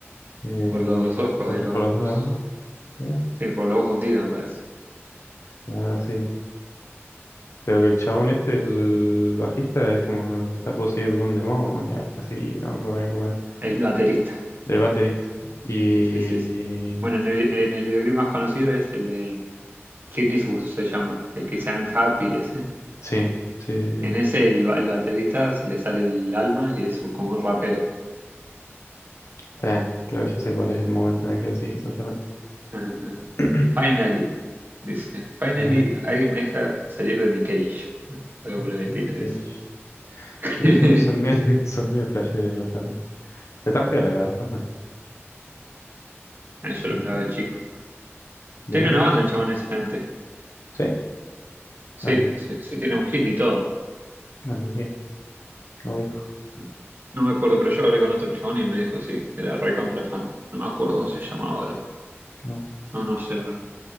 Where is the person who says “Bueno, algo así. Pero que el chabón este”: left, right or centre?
Left